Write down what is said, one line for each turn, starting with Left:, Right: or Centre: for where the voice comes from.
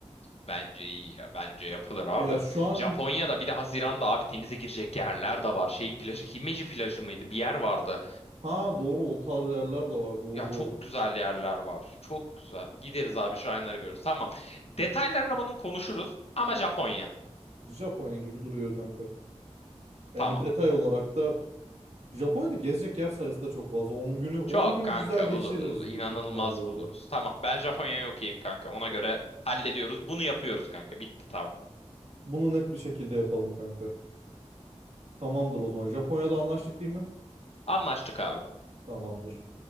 Left: Bence iyi ya. Bence yapılır abi.
Right: Ya şu an
Left: Japonya'da bir de Haziran'da abi denize girecek yerler de var. Şey plajı, Himeji plajı mıydı? Bir yer vardı.
Right: ha doğru o tarz yerler de var doğru
Left: Ya çok
Right: doğru.
Left: güzel yerler var. Çok güzel. Gideriz abi şuraları görürüz. Tamam. Detaylarını bunun konuşuruz. Ama Japonya.
Right: Japonya gibi duruyor kanka. Yani
Left: Tamam.
Right: detay olarak da Japonya'da gezecek yer sayısı da çok fazla. 10 günü 10
Left: Çok
Right: günü
Left: kanka
Right: güzel geçiririz
Left: buluruz. İnanılmaz
Right: büyük ihtimalle orada.
Left: buluruz. Tamam. Ben Japonya'ya okeyim kanka. Ona göre hallediyoruz. Bunu yapıyoruz kanka. Bitti tamam.
Right: Bunu net bir şekilde yapalım kanka. Tamamdır o zaman. Japonya'da anlaştık değil mi?
Left: Anlaştık abi.
Right: Tamamdır.